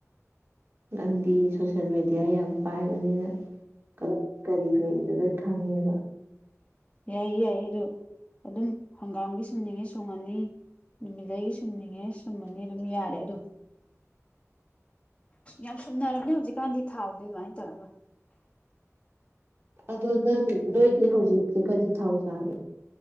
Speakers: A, on the right; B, on the left.
A: ꯅꯪꯗꯤ ꯁꯣꯁꯦꯜ ꯃꯦꯗꯤꯌꯥ ꯌꯥꯝ ꯄꯥꯏꯕꯅꯤꯅ ꯀꯗꯥꯏ ꯀꯔꯤ ꯂꯩꯔꯤꯗꯣ ꯂꯣꯢ ꯈꯪꯉꯦꯕ
B: ꯌꯥꯏꯌꯦ ꯌꯥꯏꯌꯦ ꯑꯗꯨ ꯑꯗꯨꯝ ꯍꯪꯒꯥꯝꯒꯤ ꯁꯨꯝꯅꯤꯡꯉꯤ ꯁꯨꯡꯉꯅꯤ ꯅꯨꯃꯤꯠ ꯂꯩ ꯁꯨꯝꯅꯤꯡꯉꯦ ꯁꯨꯝꯃꯅꯤ ꯑꯗꯨꯝ ꯌꯥꯔꯦ ꯑꯗꯣ ꯌꯥꯝ ꯁꯨꯝꯅꯔꯕꯅꯦ ꯍꯧꯖꯤꯛꯀꯥꯟꯗꯤ ꯊꯥꯎꯗꯦ ꯑꯗꯨꯃꯥꯏ ꯇꯧꯔꯒ
A: ꯑꯗꯣ ꯅꯪ ꯅꯣꯏꯗꯤ ꯍꯧꯖꯤꯛꯇꯤ ꯀꯔꯤ ꯊꯥꯎ ꯆꯥꯒꯦ